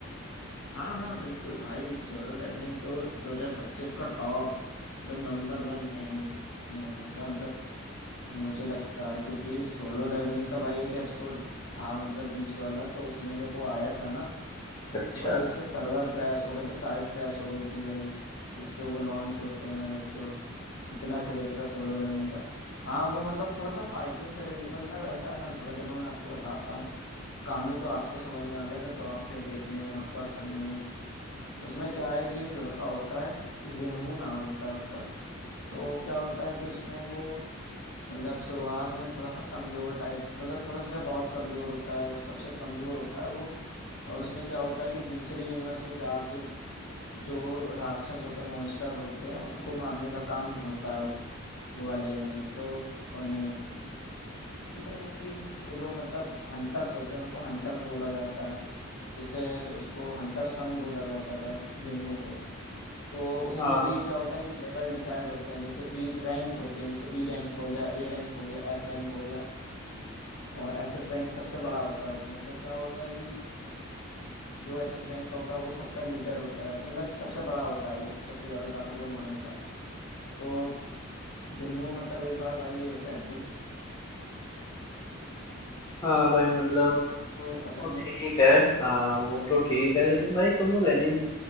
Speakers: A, on the left; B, on the left.
A: हाँ हाँ बिल्कुल भाई सोलो लेवलिंग तो 2025 का टॉप मतलब नंबर वन एनिमे ऐसा मतलब मुझे लगता है क्योंकि सोलो लेवलिंग का भाई एक एपिसोड था मतलब बीच वाला तो उसमें जब वो आया था ना
B: अच्छा
A: तो भाई उसके सर्वर क्रैश हो गए थे साइट क्रैश हो गई थी भाई जिसपे वो लॉन्च होते हैं भाई एपिसोड इतना क्रेज था सोलो लेवलिंग का हाँ वो मतलब थोड़ा सा फाइटिंग से रिले मतलब ऐसा है ना थोड़ा देखो मैं आपको बताता हूँ कहानी तो आपको समझ में आ जाएगा तो आप फिर देखने में आपको आसानी होगी उसमें क्या है कि एक लड़का होता है जिन्हू नाम होता है उसका तो क्या होता है कि उसमें वो मतलब शुरुआत में थोड़ा सा कमजोर टाइप मतलब थोड़ा सा क्या बहुत कमजोर होता है सबसे कमजोर होता है वो और उसमें क्या होता है कि दूसरे यूनिवर्स में जाके जो राक्षस होते हैं मॉन्स्टर होते हैं उनको मारने का काम होता है वो वाले एनीमे तो एनीमे में बोलते हैं कि वो लोग मतलब हंटर्स होते हैं उनको हंटर्स बोला जाता है जैसे उसको हंटर संग बोला जाता था जुनू को तो उसमें
B: हाँ
A: भी क्या होता है कि लेवल डिसाइड होते हैं जैसे ई रैंक होती है जैसे ई रैंक हो गया ए रैंक हो गया एस रैंक हो गया और एस एस रैंक सबसे बड़ा होता है उसमें तो क्या होता है कि जो एस एस रैंक का होता है वो सबका लीडर होता है मतलब सबसे बड़ा होता है वो सबसे ज्यादा ताकतवर माना जाता है तो जिन्हों मतलब एक बार भाई ऐसे हंटिंग
B: हाँ भाई मतलब
A: को एक पता
B: वो
A: नहीं
B: ठीक है हाँ वो तो ठीक है लेकिन भाई तुम लोग एनिम